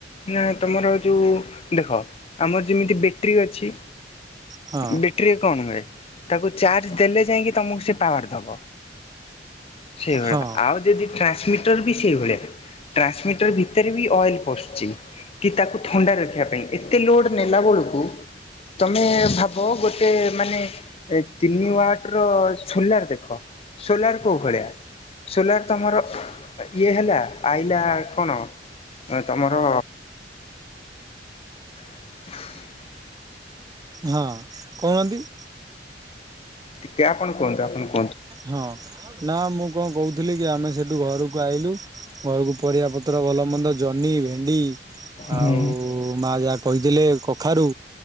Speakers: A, on the left (about 35°); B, on the right (about 20°).
A: ନା ତମର ଯୋଉ ଦେଖ ଆମର ଯେମିତି ବ୍ୟାଟେରୀ ଅଛି।
B: ହଁ
A: ବେଟରୀରେ କଣ ହୁଏ ତାକୁ ଚା ଦେଲେ ଯାଇକି ତମକୁ ସେ ପାୱାର ଦବ, ସେ ଭଳିଆ
B: ହଁ
A: ଆଉ ଯଦି ଟ୍ରାନ୍ସମି ଟରବି ସେଇଭଳିଆ ଟ୍ରାନ୍ସମିଟର ଭିତରେ ବି ଅଏଲ ପଶଛି। କି ତାକୁ ଥଣ୍ଡା ରଖିବା ପାଇଁ ଏତେ ଲୋଡ ନେଲା ବଳକୁ ତମେ ଭାବ ଗୋଟେ ମାନେ ତିନି ୱାଟ ର ସୋଲାର ଦେଖ, ସୋଲାର କୋଉ ଭଳିଆ। ସୋଲାର ତମର ଇଏ ହେଲା ଆଇଲା କଣ? ଏ ତମର <inaudible>
B: ହଁ କହୁନାହାନ୍ତି?
A: ଟିକିଏ ଆପଣ କୁହନ୍ତୁ? ଆପଣଙ୍କୁ-
B: ହଁ ନା ମୁଁ କଣ କହୁଥିଲି କି ଆମେ ସେଠୁ ଘରକୁ ଆଇଲୁ। ଘରକୁ ପରିବା ପତ୍ର ଭଲ ମନ୍ଦ ଜହ୍ନି, ଭେଣ୍ଡି ଆଉ
A: ହୁଁ
B: ମା ଯା କହିଥିଲେ କଖାରୁ